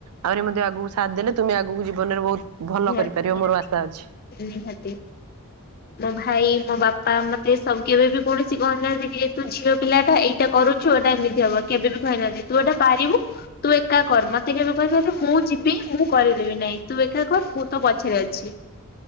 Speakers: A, on the right; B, on the left.
A: ଆହୁରି ମଧ୍ୟ ଆଗକୁ ସାଥ ଦେଲେ ତମେ ଆଗକୁ ଜୀବନରେ ବହୁତ ଭଲ
B: ନିହାତି
A: କରିପାରିବ
B: ନିହାତି
A: ମୋର ଆଶା ଅଛି।
B: ନିହାତି ମୋ ଭାଇ ମୋ ବାପା ମତେ ସ କେବେ ବି କୌଣସି କହିନାହାନ୍ତି କି ଯେ ତୁ ଝିଅ ପିଲାଟା ଏଇଟା କରୁଛୁ ଏଇଟା ଏମିତି ହବ। କେବେ ବି କହିନାହାନ୍ତି ତୁ ଏଟା ପାରିବୁ ତୁ ଏକା କର ମତେ କେବେ କହିବେନି ମୁଁ ଯିବି ମୁଁ କରିଦେବି ନାଇଁ ତୁ କାମ କର ମୁଁ ପଛରେ ଅଛି ।